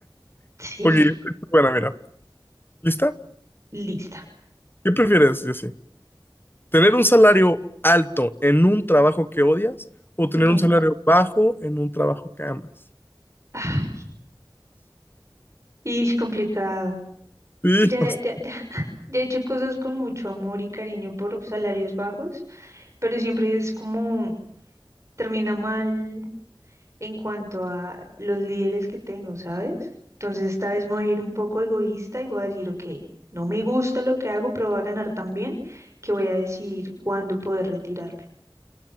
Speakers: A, on the right (about 35°); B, on the left (about 25°).
A: Sí,
B: Ok, bueno, mira. ¿Lista?
A: lista.
B: ¿Qué prefieres, Jessy? ¿Tener un salario alto en un trabajo que odias o tener
A: Ok.
B: un salario bajo en un trabajo que amas?
A: Ah, Y es complicado.
B: Sí,
A: Es que ya,
B: bast-
A: ya, ya, <laughs> ya he hecho cosas con mucho amor y cariño por salarios bajos, pero siempre es como termina mal en cuanto a los líderes que tengo, ¿sabes? Entonces esta vez me voy a ir un poco egoísta y voy a decir, ok, no me gusta lo que hago, pero voy a ganar tan bien que voy a decidir cuándo poder retirarme.